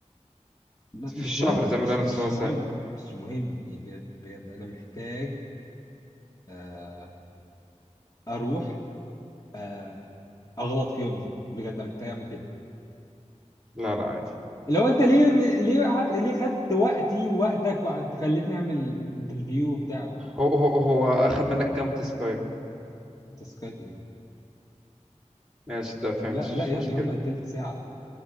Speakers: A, on the left; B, in the centre.
A: ب-
B: في
A: مش
B: الشهر
A: مهم
B: تعمله
A: مش
B: هنا
A: مش
B: في سبع ساعات
A: مهم مش مهم يعني بجد بجد انا محتاج آه اروح آه اغلط فيه وامشي بجد انا محتاج اعمل كده
B: لا لا عادي
A: لو انت ليه ليه قعدت- ليه خدت وقتي ووقتك وانت خليتني اعمل انترفيو وبتاع
B: هو هو هو اخد منك كام تسكاي
A: تسكايت ايه
B: ماشي ده فهمت
A: لا
B: مش
A: لا يا
B: مشكله
A: ابني هم تلت ساعه